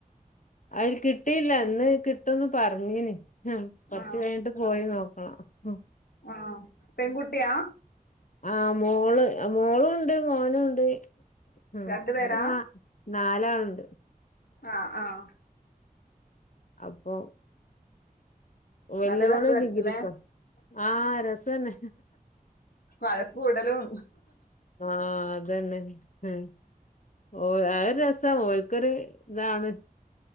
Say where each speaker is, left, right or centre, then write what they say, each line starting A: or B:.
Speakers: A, on the left (about 55°); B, on the left (about 80°).
A: അയിൽ കിട്ടിയില്ല. ഇന്ന് കിട്ടുംന്ന് പറഞ്ഞീന്. ഉം കൊറച്ച്
B: ആ
A: കഴിഞ്ഞിട്ട് പോയി നോക്കണം ഉം
B: ആഹ് പെങ്കുട്ടിയാ?
A: ആഹ് മോള്. മോളുംണ്ട് മോനുംണ്ട്. ഉം
B: രണ്ടുപേരാ
A: <unintelligible> നാലാള്ണ്ട്
B: ആഹ് ആഹ്
A: അപ്പോ വല്യോള്
B: നല്ല രസായിരിക്കും
A: ഡിഗ്രിക്കാ
B: ല്ലേ
A: ആഹ് രസന്നേ
B: വഴക്കൂടലും
A: ആഹ് അതന്നെ ഉം ഓഹ് അതൊരു രസാ. ഓൽക്കൊരു ഇതാണ്.